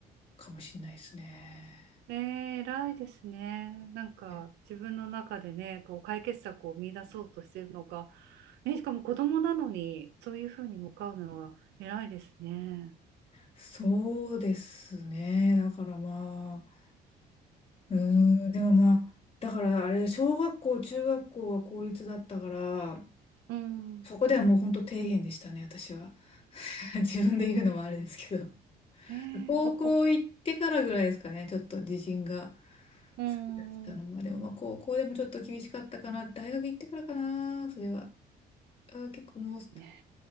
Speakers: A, on the left; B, on the right.
A: かもしれないですね。
B: ねえ、偉いですね。なんか、
A: いや、
B: 自分の中でね、こう解決策を見出そうとしてるのが、ね、しかも子供なのに、そういうふうに向かうのは偉いですね。
A: そうですね。だからまあ、う
B: そ
A: ーん、でもまあ、だからあれ、小学校、中学校は公立だったから、
B: う。うん
A: そこではもう本当底辺でしたね、私は。<laughs> 自分で言うのもあれですけど、
B: えー、
A: <laughs> 高校行ってからぐらいですかね、
B: お、お、う
A: ちょっと自信が
B: ーん、
A: 出てきたのは。でもまあ高校でもちょっと厳しかったかな、大学行ってからかな、それは。あー、結構もう、
B: ね、